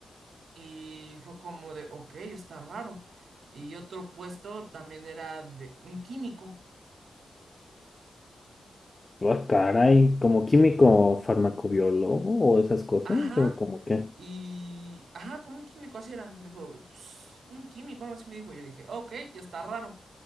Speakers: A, on the right; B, on the left.
A: Y fue como de, ok, está raro. Y otro puesto también era de un químico.
B: Ah, caray, ¿como químico farmacobiólogo o esas cosas?
A: Ajá.
B: ¿O como qué?
A: Y, ajá, como un químico, así era. Me dijo, "Pues, un químico, algo así me dijo. Yo dije, ok, ya está raro.